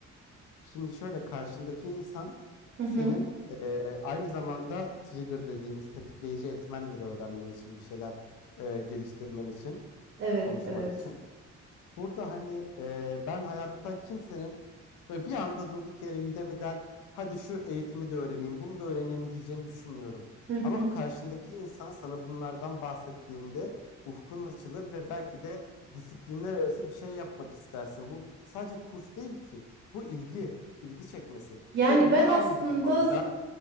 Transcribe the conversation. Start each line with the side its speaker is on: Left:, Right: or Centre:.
Left: şimdi şöyle karşındaki insan
Right: Hı
Left: senin
Right: hı.
Left: eee, aynı zamanda trigger dediğimiz tetikleyici etmendir öğrenmen için bir şeyler eee, geliştirmen için
Right: Evet
Left: konuşman
Right: evet.
Left: için. Burada hani e, ben hayatta kimsenin böyle bir anda durduk yere Udemy'den hadi şu eğitimi de öğreneyim, bunu da öğreneyim diyeceğini düşünmüyorum.
Right: Hı hı.
Left: Ama karşındaki insan sana bunlardan bahsettiğinde ufkun açılır ve belki de disiplinler arası bir şey yapmak istersin. Bu sadece kurs değil ki. Bu ilgi, ilgi çekmesi.
Right: Yani
Left: Benimle
Right: ben
Left: aynı
Right: aslında
Left: dili konuşan,